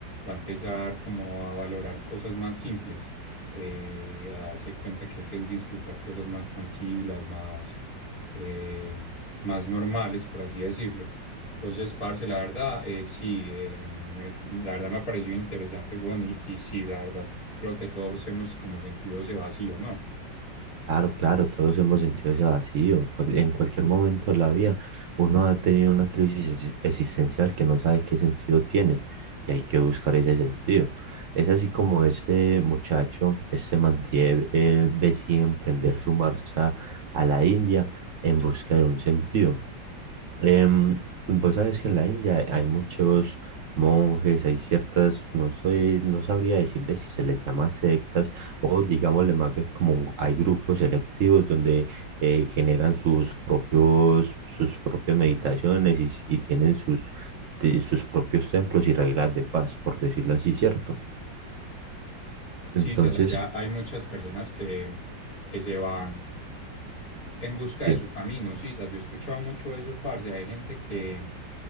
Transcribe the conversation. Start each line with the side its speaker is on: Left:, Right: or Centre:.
Left: va a empezar como a valorar cosas más simples, eh, a darse cuenta que hay que disfrutar cosas más tranquilas, más, eh, más normales, por así decirlo. Entonces, parce, la verdad, eh, sí, eh, me- la verdad me ha parecido interesante, weón, y, y sí, la verdad, creo que todos hemos como sentido ese vacío, ¿no?
Right: Claro, claro, todos hemos sentido ese vacío. Cual- En cualquier momento de la vida, uno ha tenido una crisis exis- existencial que no sabe qué sentido tiene y hay que buscar ese sentido. Es así como este muchacho, este Mantier, él decide emprender su marcha a la India en busca de un sentido. Em, vos sabes que en la India hay muchos monjes, hay ciertas, no soy, no sabría decirle si se les llama sectas o digámosle más bien como hay grupos selectivos donde eh, generan sus propios, sus propias meditaciones y, y tienen sus, de- sus propios templos y reglas de paz, por decirlo así, ¿cierto?
Left: Sí,
Right: Entonces,
Left: estás allá, hay muchas personas que, que se van En busca
Right: sí.
Left: de su camino, sí, sas, yo he escuchado mucho eso, parce. Hay gente que,